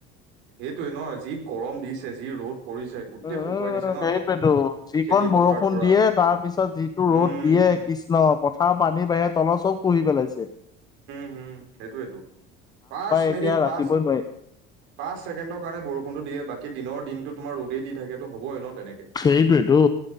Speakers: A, on the right (about 65°); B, on the left (about 20°).
A: সেইটোয়ে নহ যি গৰম দিছে যি ৰ'দ পৰিছে গোটেই
B: উ
A: শুকুৱাই দিছে ন
B: সেইটোতো যিকণ
A: খেতি পথাৰ
B: বৰষুণ
A: পুৰা
B: দিয়ে তাৰ পিছত যিটো
A: উম
B: ৰ'দ দিয়ে। কৃষ্ণ পথাৰ পানী বাহৰে তলৰ চব। আছে
A: উম সেইটোৱেতটো পাঁচ
B: এতিয়া
A: মিনিট
B: ৰাখিবই
A: পাঁচ।
B: নোৱাৰি।
A: পাঁচ ছেকেণ্ডৰ কাৰণে বৰষুণো দিয়ে বাকী দিনৰ দিনটো তোমাৰ ৰ'দেই দি থাকেতো হ'বই ন তেনেকে
B: সেইটোৱেইটো